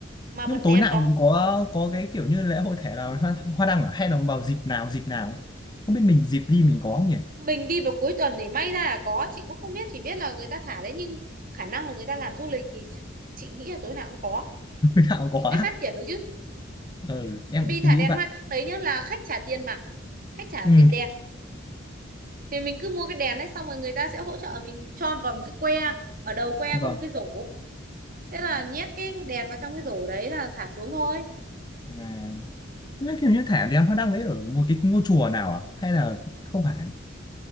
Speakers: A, on the right; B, on the left.
A: mà
B: nhưng
A: bật
B: mà tối
A: đèn
B: nào
A: đó
B: cũng có có cái kiểu như lễ hội thẻ nào hoa, hoa đăng à hay là vào dịp nào dịp nào không biết mình dịp đi mình có không nhỉ <laughs>
A: mình đi vào cuối tuần thì may ra là có chị cũng không biết chỉ biết là người ta thả đấy nhưng khả năng là người ta làm du lịch thì chị nghĩ là tối nào cũng có
B: Mình nào cũng
A: thì
B: có
A: mới phát triển được chứ
B: ừ em
A: tại vì thả
B: nghĩ
A: đèn
B: vậy
A: hoa đăng đấy nhá là khách trả tiền mà khách trả
B: ừ
A: tiền đèn thì mình cứ mua cái đèn đấy xong rồi người ta sẽ hỗ trợ mình cho vào một cái que ở đầu que
B: vâng
A: có một cái rổ thế là nhét cái đèn vào trong cái rổ đấy là thả xuống thôi
B: à, Thế kiểu như thả đèn hoa đăng đấy ở một cái ngôi chùa nào à? Hay là không phải?